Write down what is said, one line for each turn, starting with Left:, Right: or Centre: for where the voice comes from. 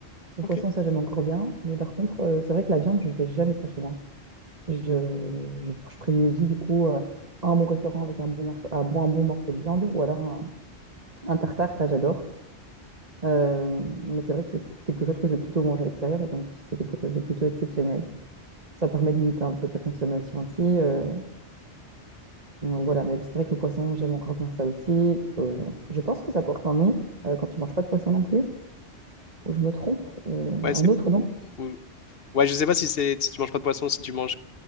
Right: Le
Left: Ok.
Right: poisson, ça j'aime encore bien, mais par contre, euh, c'est vrai que la viande, je ne fais jamais ça chez moi. Je, je- je privilégie du coup euh, un bon restaurant avec un bon, morceau- un bon, un bon morceau de viande ou alors un, un tartare, ça j'adore. Euh, mais c'est vrai que c'est quelque chose que je vais plutôt manger à l'extérieur et donc c'est quelque chose de plutôt exceptionnel. Ça permet de limiter un peu ta consommation aussi. euh, Hum, Voilà, mais c'est vrai que le poisson, j'aime encore bien ça aussi. Euh, je pense que ça porte un nom euh, quand tu manges pas de poisson non plus, ou je me trompe, euh,
Left: Ouais,
Right: un
Left: c'est.
Right: autre nom.
Left: ou- ou- Ouais, je sais pas si c'est si tu manges pas de poisson, si tu manges